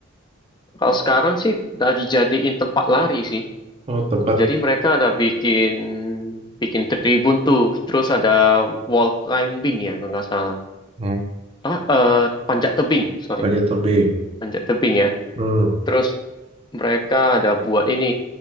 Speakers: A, on the left; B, on the right.
A: Kalau sekarang sih udah dijadiin tempat lari sih.
B: Oh tempat
A: Jadi mereka ada bikin bikin tribun tuh, terus ada wall climbing ya kalau nggak salah.
B: hmm.
A: Ah, eh, panjat tebing, sorry,
B: panjat tebing.
A: panjat tebing ya.
B: Hmm.
A: Terus mereka ada buat ini